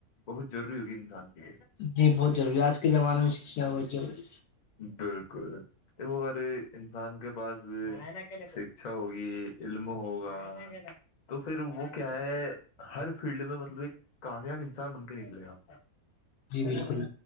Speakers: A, on the left; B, on the left.
A: بہت ضروری ہوگی انسان کے لیے
B: جی بہت ضری آج کے زمانے میں شکھا بہت ضروری
A: بالکل وہ اگر انسان کے پاس شکھا ہوگی علم ہوگا تو پھر وہ کیا ہے ہر فیلڈ میں مطلب ایک کامیاب انسان بن کے نکلے گا
B: جی بالکل